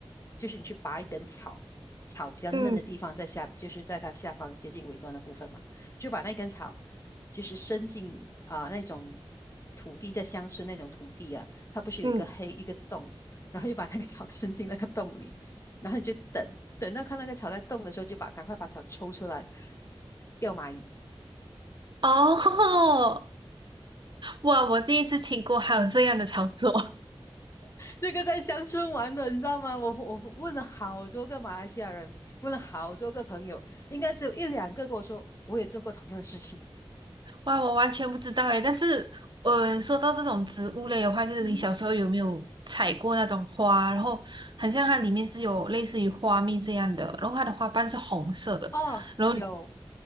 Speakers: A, on the left (about 30°); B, on the right (about 55°).
A: 就是你去拔一根草，草比较嫩的地方在下，
B: 嗯
A: 就是在它下方接近尾端的部分嘛，就把那根草就是伸进啊、那种土地，在乡村那种土地啊，它不是有一个黑一个洞。
B: 嗯。
A: 然后就把那个草伸进那个洞里，然后你就等，等到看那个草在动的时候，就把赶快把草抽出来，钓蚂蚁。
B: 哦，<laughs> 哇！我第一次听过还有这样的操作。
A: 这个在乡村玩的，你知道吗？我我问了好多个马来西亚人，问了好多个朋友，应该只有一两个跟我说我也做过同样的事情。<laughs>
B: 哇，我完全不知道诶，但是，嗯，说到这种植物类的话，就是你小时候有没有采过那种花？
A: 嗯哼，
B: 然后，很像它里面是有类似于花蜜这样的，然后它的花瓣是红色的，
A: 哦，
B: 然后
A: 有，